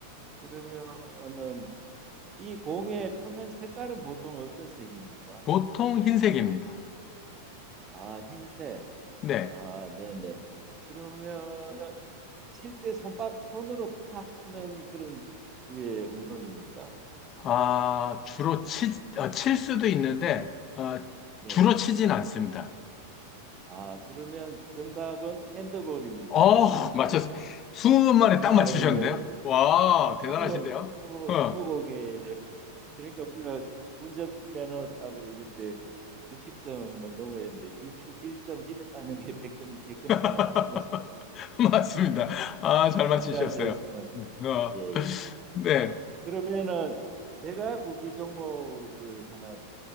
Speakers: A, on the right; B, on the left.
A: 그러면은 이 공의 표면 색깔은 보통 어떤 색입니까?
B: 보통 흰색입니다.
A: 아, 흰색.
B: 네.
A: 아, 네네. 그러면은 칠 때 손바, 손으로 탁 치는 그런 류의 운동입니까?
B: 아, 주로 치, 아, 칠 수도 있는데, 아,
A: 네.
B: 주로 치진 않습니다.
A: 아, 그러면 정답은 핸드볼입니다.
B: 어, 맞췄, 20분 만에 딱
A: 아유,
B: 맞추셨는데요?
A: 아유.
B: 와, 대단하신데요?
A: 스무, 스무,
B: 어,
A: 스무 고개를 그러니까 우리가 운전면허 따고 이럴 때 60점을 넘어야 되는데 6 1이에 따는 게 100점, 100점이나
B: <laughs>
A: 마찬가지라고
B: 맞습니다. 아, 잘
A: 꼭
B: 맞추셨어요.
A: 필요한 점수만 따.
B: 어,
A: 예, 예.
B: 네.
A: 어, 그러면은 제가 구기 종목을 하나